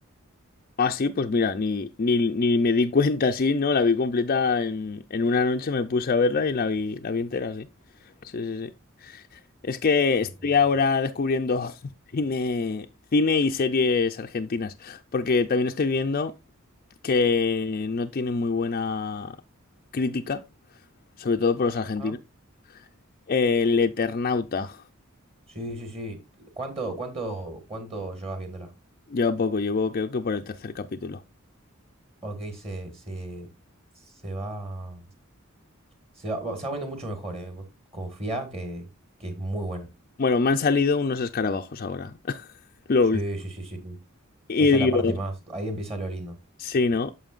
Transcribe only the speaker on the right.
Ok.
Ajá.
Sí, sí, sí. ¿Cuánto, cuánto, cuánto llevas viéndola?
Ok, se, se, se va. Se va, va- se va poniendo mucho mejor, ¿eh? Vos confía que, que es muy buena.
Sí,
sí, sí, sí. sí.
Esa
es la parte más. Ahí empieza lo lindo.